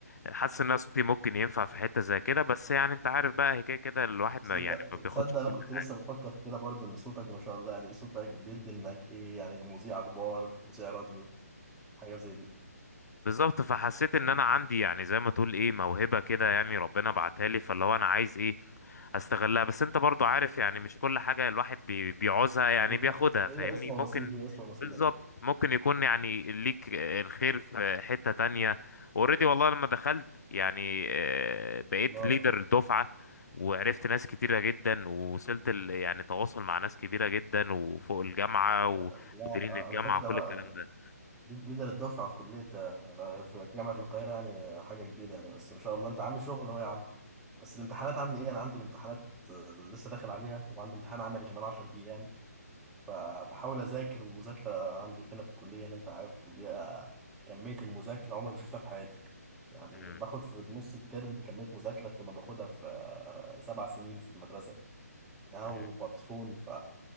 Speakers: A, on the left (about 75°); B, in the centre.
A: حاسس ان أنا صوتي ممكن ينفع في حتة زي كده بس يعني انت عارف بقى هي كده كده الواحد
B: تصدق
A: ما يعني ما بياخدش
B: تصدق
A: كل
B: انا كنت
A: حاجة
B: لسه بفكر في كده برضه ان صوتك ما شاء الله يعني صوتك بيدي انك ايه يعني مذيع اخبار مذيع راديو حاجة زي دي
A: بالظبط فحسيت ان انا عندي يعني زي ما تقول ايه موهبة كده يعني ربنا بعتها لي فاللي هو انا عايز ايه هستغلها بس انت برضو عارف يعني مش كل حاجة الواحد بي... بيعوزها يعني
B: هي
A: بياخدها
B: هي
A: فاهمني
B: اسم
A: اه
B: ونصيب
A: ممكن
B: هي اسم ونصيب
A: بالظبط
B: يا باشا
A: ممكن يكون يعني ليك الخير في حتة تانية اوريدي والله لما دخلت يعني آه، بقيت
B: اه
A: ليدر الدفعة وعرفت ناس كتيرة جدا ووصلت ال... يعني تواصل مع ناس كبيرة جدا وفوق الجامعة ومديرين
B: لا لا على
A: الجامعة
B: فكرة
A: وكل
B: بقى
A: الكلام ده
B: ليدر الدفعة في كلية آه، في جامعة القاهرة يعني آه، حاجة كبيرة يعني بس ما شاء الله أنت عامل شغل أهو يا عم بس الامتحانات عامل إيه أنا عندي الامتحانات آه، لسه داخل عليها وعندي امتحان عملي كمان 10 أيام فبحاول أذاكر والمذاكرة عندي فينا في الكلية يعني أنت عارف الكلية آه، كمية المذاكرة عمري ما شفتها في حياتي يعني
A: مم.
B: باخد في نص الترم كمية مذاكرة أكتر ما باخدها في آه، سبع سنين في المدرسة يعني وبطحون
A: مم.
B: ف